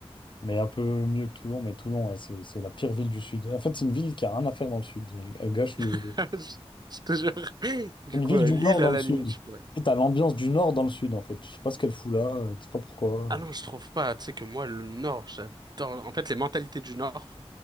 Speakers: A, on the left; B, on the right.
A: mais un peu mieux que Toulon, mais Toulon, ouais, c'est, c'est la pire ville du sud. En fait, c'est une ville qui a rien à faire dans le sud. Elle, elle gâche le.
B: <laughs>
A: C'est
B: je je te jure. Du
A: Une
B: coup,
A: ville
B: euh,
A: du
B: Lille,
A: nord dans
B: à
A: le
B: la
A: sud.
B: limite, je pourrais.
A: Et t'as l'ambiance du nord dans le sud en fait. Tu sais pas ce qu'elle fout là, euh, tu sais pas pourquoi.
B: Ah non, je trouve pas. Tu sais que moi, le Nord, j'adore. En fait, les mentalités du Nord,